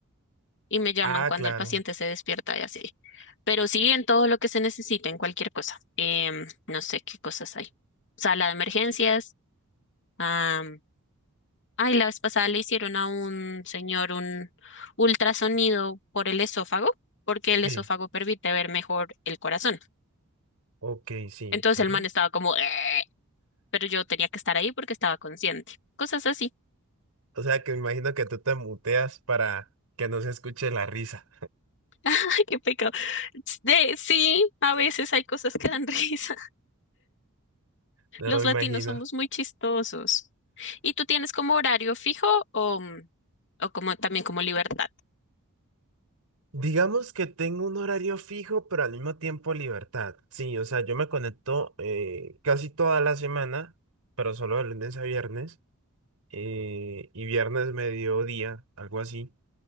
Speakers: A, on the left; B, on the right.
A: y me llaman
B: Ah,
A: cuando
B: claro,
A: el paciente se despierta y así. Pero sí en todo lo que se necesite, en cualquier cosa. Em, no sé qué cosas hay. Sala de emergencias. am, ay, la vez pasada le hicieron a un señor un ultrasonido por el esófago, porque
B: sí,
A: el esófago permite ver mejor el corazón.
B: ok, sí,
A: Entonces
B: ajá.
A: el man estaba como, "Eh", pero yo tenía que estar ahí porque estaba consciente. Cosas así.
B: O sea, que me imagino que tú te muteas para que no se escuche la risa.
A: <laughs> Ay, qué pecado. De, sí, a veces hay cosas que dan <laughs> risa.
B: No
A: Los
B: me
A: latinos
B: imagino.
A: somos muy chistosos. ¿Y tú tienes como horario fijo o, mm, o como también como libertad?
B: Digamos que tengo un horario fijo, pero al mismo tiempo libertad. Sí, o sea, yo me conecto eh, casi toda la semana, pero solo de lunes a viernes eh, y viernes mediodía, algo así.